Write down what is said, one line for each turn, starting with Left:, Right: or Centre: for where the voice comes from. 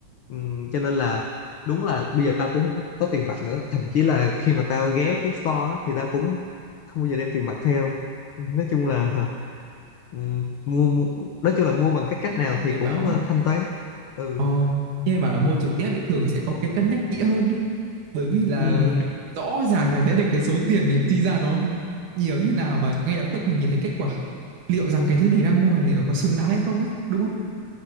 Left: Ừm, cho nên là đúng là bây giờ tao cũng không có, có tiền mặt nữa thậm chí là khi mà tao ghé cái store á, thì tao cũng không bao giờ đem tiền mặt theo Ừm, nói chung là ừm, mua, mua nói chung là mua bằng cái cách nào
Right: nhưng
Left: thì
Right: mày
Left: cũng
Right: bảo ấy
Left: ờ, thanh toán ừ
Right: ờ nhưng mày bảo là mua trực tiếp ấy thường sẽ có cái cân nhắc kỹ hơn ấy. bởi vì là
Left: Ừ,
Right: mình rõ ràng là thấy được cái số tiền mình chi ra nó nhiều như nào và ngay lập tức mình nhìn thấy kết quả liệu rằng cái thứ mình đang mua liệu có xứng đáng hay không ấy đúng không